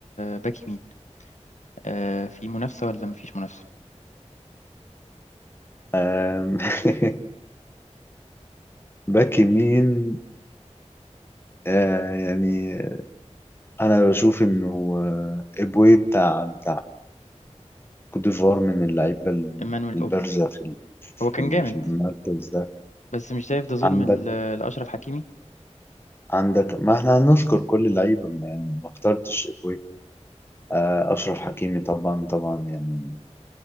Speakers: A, on the left (about 80°); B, on the left (about 20°).
A: باك يمين آه في منافسة ولا مفيش منافسة
B: أم، <laughs> باك يمين آه، يعني انا بشوف انه آه، ابوي بتاع بتاع كوت ديفوار من اللعيبه ال-
A: إيمانويل
B: البارزه
A: أوبي
B: في ال- في
A: هو كان
B: ال-
A: جامد
B: في المركز ده
A: بس مش شايف ده ظلم
B: عندك
A: ل- لأشرف حكيمي
B: عندك ما احنا هنذكر كل اللعيبه ما يعني ما اخترتش ابوي آه، اشرف حكيمي طبعا طبعا يعني